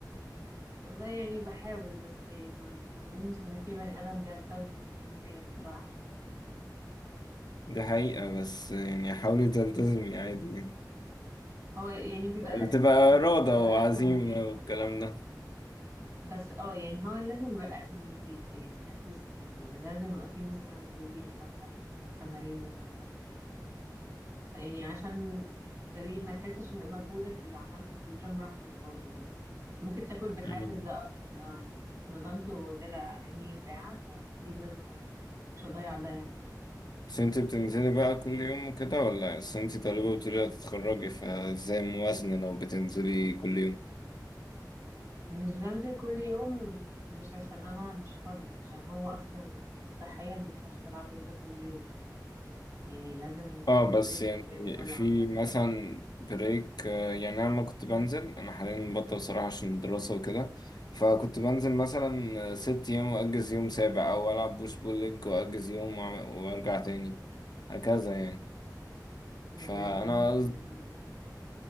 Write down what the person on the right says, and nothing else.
والله يعني بحاول بس يعني ما ما أظنش إن في بني آدم بيلتزم 100% بصراحة يعني
هو يعني بيبقى
الأساسي
إن ال-
يبقى
الأكل مفيد
بس اه يعني هو لازم يبقى الأكل مفيد يعني أتليست يعني لازم يبقى فيه مثلا بروتين إنف عشان التمارين والعضلات والحاجات دي يعني عشان تقريبا ما تحسش ان مجهودك اللي عملته في الجيم راح على الفاضي بس ممكن تاكل بالحافز
ده اصلا لا انا اتمرنت وطلع عيني ساعة فاكيد لازم أ- مش هضيع ده يعني
مش بنزل كل يوم مش عشان انا مش فاضي عشان هو اصلا صحيا ما ينفعش تلعب رياضة كل يوم يعني لازم
تاخد
بريك
ما بين كل
عضلات
يعني
مش بنزل
كل يوم